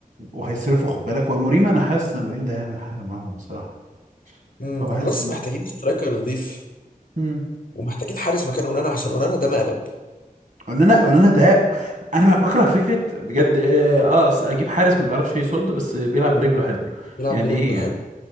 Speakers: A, on the right; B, on the left.
A: وهيصرفوا خد بالك وموريم انا حاسس ان موريم ده هيعمل حاجة معاهم بصراحة
B: امم
A: فبحس
B: هم بس
A: ممكن
B: محتاجين سترايكر نظيف
A: امم
B: ومحتاجين حارس مكان اونانا عشان اونانا ده مقلب
A: وان انا وان انا ده انا بكره فكرة بجد اه آه، اصل اجيب حارس ما بيعرفش يصد بس بيلعب برجله حلو
B: يلعب
A: يعني
B: برجله
A: بالظبط ايه يعني
B: حلو